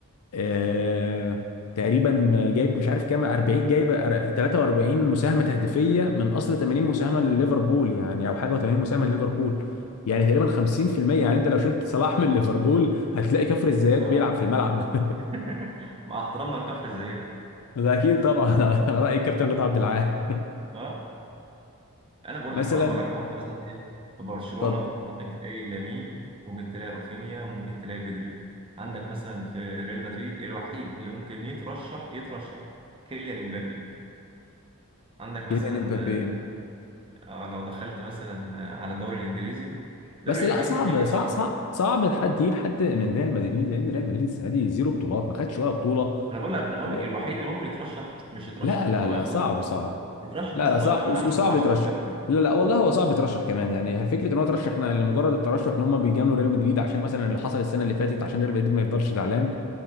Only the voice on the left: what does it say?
آه، تقريبا جايب مش عارف كام 40 جايب 43 مساهمه تهديفيه من اصل 80 مساهمه لليفربول يعني او حاجه و80 مساهمه لليفربول يعني تقريبا 50% يعني انت لو شلت صلاح من ليفربول هتلاقي كفر الزيات
بيلعب في الملعب
<laughs> ده اكيد طبعا على راي الكابتن رضا عبد العال
<laughs> مثلا
اتفضل
كيليان امبابي
بس لا
صعب
صعب
صعب صعب حد يجيب حد من ريال مدريد لان ريال مدريد السنه دي زيرو بطولات ما خدش ولا بطوله
آه،
لا
لا
لا
صعب
صعب
لا
لا صعب
وصعب
يترشح
لا لا والله هو صعب يترشح كمان يعني فكره ان هو ترشح احنا لمجرد الترشح ان هم بيجاملوا ريال مدريد عشان مثلا اللي حصل السنه اللي فاتت عشان ريال مدريد ما يفضلش زعلان